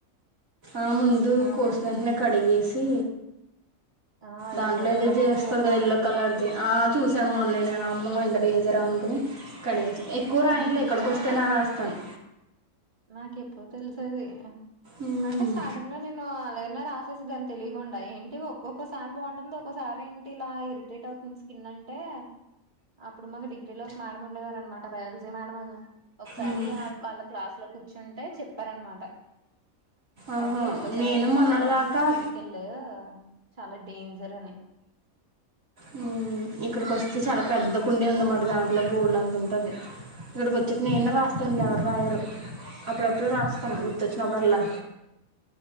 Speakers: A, on the right; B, on the right.
A: ఆ ముందు
B: ఆ!
A: కోసినెంటనే కడిగేసి
B: ఆ
A: దాంట్లో
B: ఎల్లో
A: ఏదో
B: కలర్ది
A: వస్తది
B: అది వత్తది
A: కదా ఎల్లో కలర్ది ఆ చూసాను మొన్నె నేను అమ్మో ఇంత డేంజరా అనుకుని కడిగేస ఎక్కువ
B: మొన్న
A: రాయన్లే
B: చూసావా
A: ఇక్కడికొస్తేనె
B: నాకు
A: రాస్తాను
B: ఇప్పుడు నాకు ఎప్పుడో తెలుసది
A: ఉమ్.
B: అంటే స్టార్టింగ్ లో నేను అలాగనె రాస్ వచ్చ దాని తెలియకుండా ఏంటి ఒక్కోక్కసారి బాగుంటుంది ఒక్కోసారి ఏంటి ఇలా ఇరిటేట్ అవుతుంది స్కిన్ అంటే అప్పుడు మాకు డిగ్రీలో ఒక మేడం ఉండేవారు అనమాట బయాలజీ మేడం అని ఒకసారి
A: ఉమ్.
B: వాళ్ళ క్లాస్ కూర్చుంటె చెప్పరానమాట
A: ఆహా
B: అది ఎల్లో కలర్
A: నేను
B: ది
A: మొన్నటిదాకా
B: చాలా కేమి కల్ చాలా డేంజర్ అని
A: మ్ ఇక్కడికి వస్తే చాలా పెద్ద కుండీ ఉంది మట దాంట్లో బోల్డు అంత ఉంటది ఇక్కడికి వచ్చాక నేనే రాస్తాను ఎవరు రాయారు అప్పుడప్పుడు రాస్తా
B: ఉహు.
A: గుర్తొచ్చినప్పుడు అల్లా